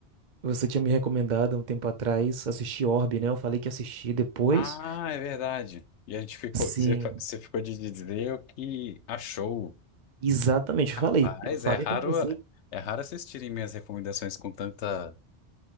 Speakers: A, on the right; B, on the left.
A: você tinha me recomendado há um tempo atrás assistir Orbe, né? Eu falei que assisti depois.
B: Ah, é verdade. E a gente ficou,
A: Sim,
B: você, fa- você ficou de dizer o que achou.
A: exatamente, eu
B: Rapaz,
A: falei. Eu falei
B: é raro,
A: pra você.
B: é raro assistirem minhas recomendações com tanta,